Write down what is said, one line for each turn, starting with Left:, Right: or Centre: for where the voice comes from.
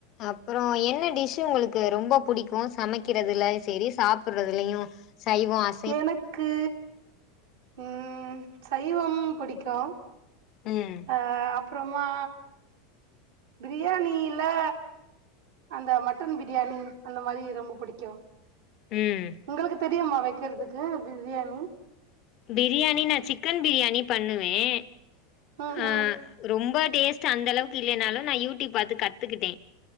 Left: அப்புறோம் என்ன டிஷ்ஷு உங்களுக்கு ரொம்ப புடிக்கும் சமைக்கிறதுலயும் செரி சாப்படுறதுலயும் சைவம் அ
Right: எனக்கு உம் சைவம் பிடிக்கும்
Left: உம்
Right: ஆ அப்றமா பிரியாணியில அந்த மட்டன் பிரியாணி அந்த மாரி ரொம்ப பிடிக்கும்
Left: ம்
Right: உங்களுக்கு தெரியுமா வைக்கிறதுக்கு பிரியாணி
Left: பிரியாணி நா சிக்கன் பிரியாணி பண்ணுவேன்
Right: ம்
Left: ஆ
Right: ம்
Left: ரொம்ப டேஸ்ட் ட்டு அந்த அளவுக்கு இல்லனாலும் நா யூடியூப் பாத்து கத்துக்கிட்டேன்